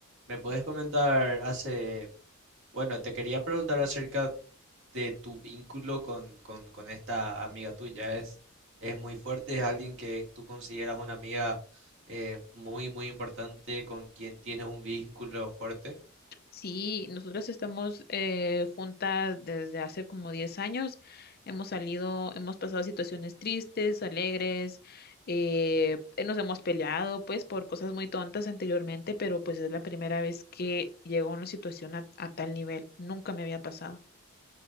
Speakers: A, on the right; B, on the left.
A: ¿me puedes comentar hace... Bueno, te quería preguntar acerca de tu vínculo con, con, con esta amiga tuya. Es, es muy fuerte, es alguien que tú consideras una amiga eh, muy, muy importante, con quien tienes un vínculo fuerte.
B: Sí, nosotras estamos eh, juntas desde hace como 10 años. Hemos salido, hemos pasado situaciones tristes, alegres, eh, eh, nos hemos peleado pues por cosas muy tontas anteriormente, pero pues es la primera vez que llego a una situación a a tal nivel. Nunca me había pasado.